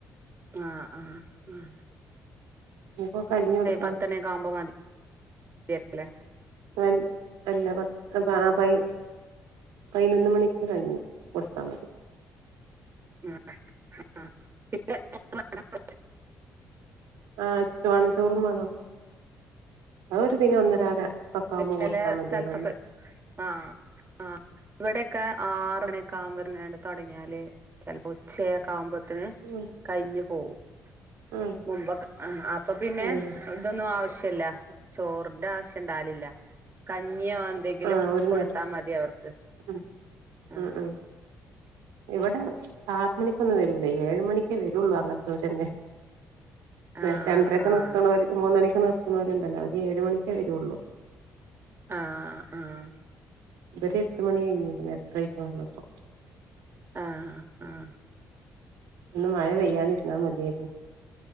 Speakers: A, on the right; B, on the right.
A: ആഹ് ആഹ് ആഹ്.
B: ഇഞ്ഞിപ്പൊ കഞ്ഞികൊട്ക്കണം.
A: പത്തണിയൊക്കെ ആവുമ്പോ മതിയല്ലേ
B: അൽ അല്ല പ ആ പാ പയ് പയ്നൊന്ന് മണിക്ക് കഞ്ഞി കൊടുത്താ മതി.
A: ആഹ് ആഹ് <unintelligible> <unintelligible>
B: ആഹ് വാണം ചോറും വാണോ അവര് പിന്നെ ഒന്ന് ന്നര ഒക്കാവുമ്മോ
A: ചെല
B: കൊട്ത്താ മതിയല്ലോ
A: സ്ഥലത്തൊക്കെ
B: ഒന്ന്
A: ആഹ് ആഹ് ആ ഇവിടെക്കെ ആറ് മണിയൊക്കെ ആവുമ്പോന്നെ തൊട്ങ്ങ്യാല് ചെൽ ഉച്ചേക്കാവുമ്പത്തേന്
B: ഉം
A: കയിഞ്ഞു പോവും
B: ഉം
A: മുമ്പൊക്കെ ആഹ് അപ്പൊ പിന്നെ
B: ഉം
A: ഇതൊന്നും ആവശ്യില്ല ചോറിന്റെ ആവശ്യണ്ടാവലില്ല കഞ്ഞിയോ എന്തെങ്കിലും
B: ആഹ് ഒരു
A: കൊടുത്താ
B: നേരം
A: മതി അവർക്ക്
B: ഉം
A: ആഹ്
B: ഉം ഉം ഇവിടെ ആറ് മണിക്കൊന്നും വരൂലാ. ഏഴ് മണിക്കേ വെരൂളു അങ്ങനത്തോരന്നെ. ര
A: ആഹ്
B: രണ്ടരൊക്കെ
A: ആഹ്
B: നിർത്തണോര് മൂന്നണിക്ക് നിർത്തണോരുണ്ടല്ലോ അവര് ഏഴ് മണിക്കേ വെരൂള്ളു
A: ആഹ് ആഹ്
B: ഇവരെട്ട് മണികയ്ഞ്ഞു. എട്ടരേക്കാവും വന്നപ്പോ
A: ആഹ് ആഹ്.
B: ഇന്ന് മഴ
A: ഉം
B: പെയ്യാതിരുന്നാ മതിയാര്ന്നു.